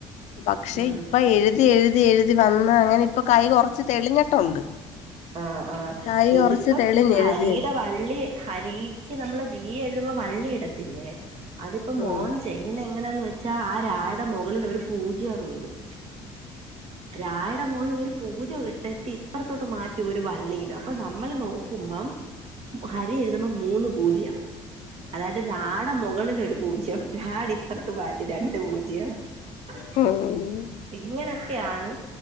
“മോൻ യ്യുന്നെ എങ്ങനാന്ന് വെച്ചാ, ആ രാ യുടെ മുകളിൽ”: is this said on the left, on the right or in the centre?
Right